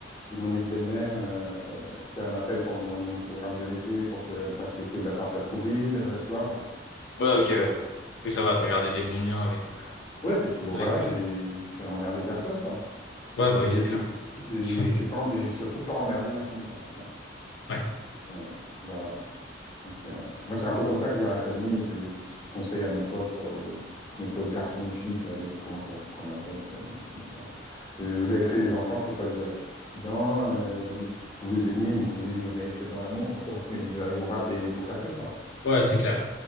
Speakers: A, on the left; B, on the left.
A: j'ai mon ex-belle-mère, euh, tu vois, elle m'appelle pour me demander mon programme de l'été, pour qu'elle me passe les clés de l'appart à Trouville, euh, tu vois.
B: ouais, ok, ouais. Oui, ça va. T'as gardé des bons liens avec
A: Ouais, parce que bon,
B: avec.
A: voilà,
B: euh,
A: j'ai j'ai emmerdé personne, quoi.
B: Ouais, bah oui,
A: Et
B: c'est
A: j'ai fait,
B: clair.
A: j'ai
B: <laughs>
A: j'ai pas, em- j'ai surtout pas emmerdé leur fille, quoi, tu vois.
B: Ouais.
A: Ouais, voilà. Donc, c'est un- Moi, c'est un peu comme ça que je vois la famille et que je, je conseille à mes potes, quoi, ou, euh, mes potes garçons ou filles, tu vois, dès qu'ils commencent à se prendre la tête, euh, je dis, attends, et vous avez fait les enfants, c'était pas des accidents, euh, vous, le- vous vous aimiez, donc vous les vous avez fait dans l'amour, autant qu'ils ils ont pas payé les pots cassés, quoi.
B: Ouais, c'est clair.